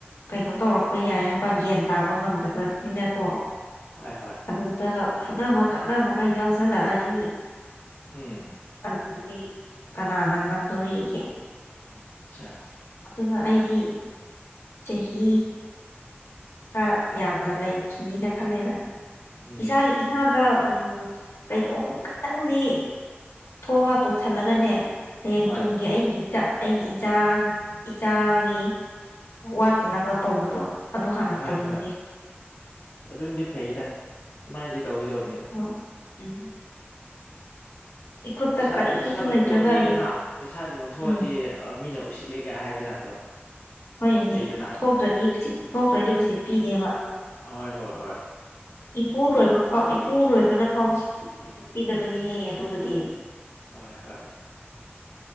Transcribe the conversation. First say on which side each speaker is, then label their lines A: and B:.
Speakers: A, on the left; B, on the left.
A: ꯀꯩꯅꯣ ꯇꯧꯔꯛꯄ ꯌꯥꯏ ꯍꯥꯏꯕ ꯂꯄꯥ ꯒ꯭ꯌꯥꯟ ꯇꯥꯕ ꯉꯝꯗꯕꯅꯤꯅꯀꯣ
B: <unintelligible>
A: ꯑꯗꯨꯗ ꯐꯨꯠꯅꯕ ꯈꯠꯅꯕꯒ ꯌꯥꯎꯁꯜꯂꯛꯑꯗꯤ
B: ꯎꯝ
A: ꯑꯗꯨꯗꯤ ꯀꯅꯥꯅ ꯉꯝꯗꯣꯔꯤꯒꯦ
B: <unintelligible>
A: ꯑꯗꯨꯅ ꯑꯩꯗꯤ ꯆꯍꯤ ꯈꯔ ꯌꯥꯝꯅ ꯂꯩꯈꯤꯅꯤꯅ ꯈꯜꯂꯦꯗ
B: ꯎꯝ
A: ꯏꯁꯥꯒꯤ ꯏꯁꯥꯗ ꯎꯝ ꯀꯩꯗꯣꯝ ꯈꯈꯤꯇꯪꯗꯤ ꯊꯣꯛꯑꯒ ꯇꯧꯁꯜꯂꯒꯅꯦ ꯍꯌꯦꯡ
B: ꯍꯣꯏ
A: ꯇꯨꯡꯒꯤ ꯑꯩꯒꯤ ꯏꯆꯠ ꯑꯩꯒꯤ ꯏꯆꯥ ꯏꯆꯥꯒꯤ ꯋꯥꯠꯇꯅꯕ ꯇꯧꯕꯗꯣ
B: <unintelligible>
A: ꯑꯗꯨ ꯍꯥꯟꯅ ꯇꯧꯅꯤꯡꯉꯦ
B: ꯑꯗꯨꯅꯗꯤ ꯐꯩꯗ ꯁꯃꯥꯏꯅ ꯁꯤ ꯇꯧꯈꯤꯗꯧꯕꯅꯤꯗ
A: ꯑꯣ ꯎꯝ ꯏꯈꯨꯠꯇ
B: ꯄꯩꯁꯥ
A: ꯀꯔꯤꯁꯨ
B: ꯄꯩꯁꯥꯕꯨ
A: ꯂꯩꯇ꯭ꯔꯒ
B: ꯊꯣꯛꯑꯗꯤ
A: ꯌꯨ
B: ꯍꯥ ꯄꯩꯁꯥꯁꯤꯕꯨꯊꯑꯗꯤ
A: ꯎꯝ
B: ꯃꯤꯅ ꯎꯁꯤꯠꯂꯦ ꯀꯌꯥ ꯍꯥꯏꯕ ꯖꯥꯠꯇꯣ
A: ꯍꯣꯏ ꯏꯅꯦ
B: ꯂꯩꯗꯅ
A: ꯊꯣꯛꯇ꯭ꯔꯗꯤ ꯎꯁꯤꯠ ꯊꯣꯛꯇ꯭ꯔꯗꯤ ꯎ ꯎꯆꯠ ꯄꯤꯗꯦꯕ
B: ꯍꯣꯏ ꯍꯣꯏ ꯍꯣꯏ
A: ꯏꯄꯨꯔꯨꯔꯣꯏꯕ ꯐꯥꯎ ꯏꯄꯨꯔꯨꯔꯣꯏꯕꯅ ꯐꯥꯎꯛꯄꯤꯗꯕꯅꯤꯍꯦ ꯑꯗꯨꯕꯨꯗꯤ
B: ꯍꯣꯏ ꯍꯣꯏ